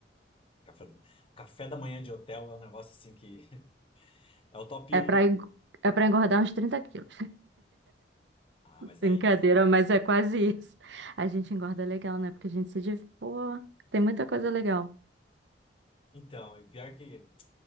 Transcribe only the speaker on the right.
É para é para engordar uns 30 quilos.
Brincadeira,
mas é quase isso. A gente engorda legal, né? Porque a gente se div... Pô, tem muita coisa legal.